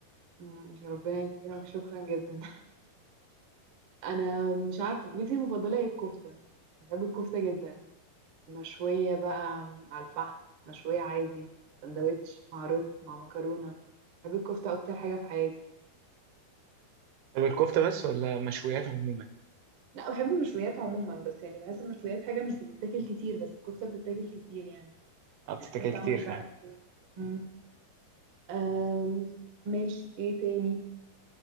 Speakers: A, on the right (about 65°); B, on the right (about 80°).
A: مم، يا ربنا يكرمك شكرا جدا <laughs> انا مش عارف اكلتي المفضله هي الكفته أنا بحب الكفته جدا مشوية بقى على الفحم مشوية عادي سندوتش مع رز مع مكرونة بحب الكفتة أكتر حاجة في حياتي
B: طب الكفته بس ولا مشويات عموما
A: لا بحب المشويات عموما بس يعني بحس المشويات حاجة مش بتتاكل كتير بس الكفتة بتتاكل كتير يعني
B: اه بتتاكل
A: يعني حاجة بتتعمل
B: كتير فعلا
A: بقى مم. أم، ماشي ايه تاني